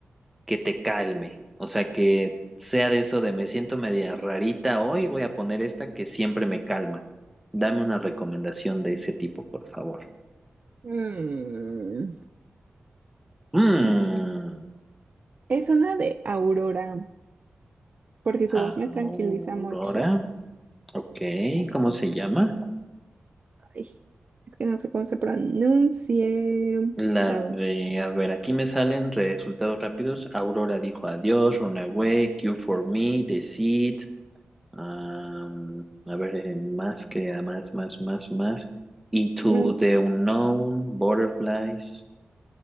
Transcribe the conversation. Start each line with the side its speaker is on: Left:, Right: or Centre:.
Centre: que te calme, o sea, que sea de eso de me siento media rarita hoy, voy a poner esta que siempre me calma. Dame una recomendación de ese tipo, por favor.
Right: Mm.
Centre: Mm,
Right: Es una de Aurora, porque su
Centre: Aurora,
Right: voz me tranquiliza mucho.
Centre: ok, ¿cómo se llama?
Right: Ay, es que no sé cómo se pronuncie.
Centre: La
Right: Ah,
Centre: de, a ver, aquí me salen resultados rápidos. Aurora dijo adiós, Runaway, Q for Me, The Seed. am, a ver, eh, más que más, más, más, más. Into
Right: No, es-
Centre: the Unknown, Butterflies.